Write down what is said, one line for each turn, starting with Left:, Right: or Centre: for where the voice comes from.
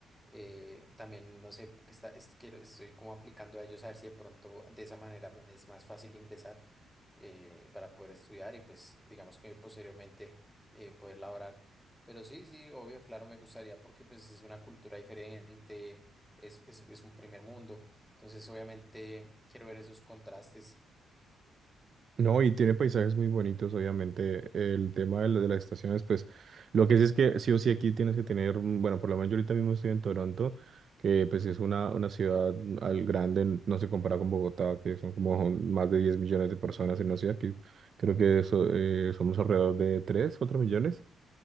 Centre: Eh, también no sé, que está, es- quiero- estoy como aplicando a ellos a ver si de pronto de esa manera me es más fácil ingresar eh, para poder estudiar y pues digamos que posteriormente eh, poder laborar. Pero sí, sí, obvio, claro, me gustaría porque pues es una cultura diferente, es, es, es un primer mundo. Entonces obviamente quiero ver esos contrastes.
Right: No, y tiene paisajes muy bonitos, obviamente. El tema de, lo- de las estaciones, pues lo que sí es que sí o sí aquí tienes que tener, mm, bueno, por lo menos yo ahorita mismo estoy en Toronto, que pues es una, una ciudad mm, al grande, no se compara con Bogotá, que son como más de 10 millones de personas en una ciudad, que creo que eso, eh, somos alrededor de 3, 4 millones.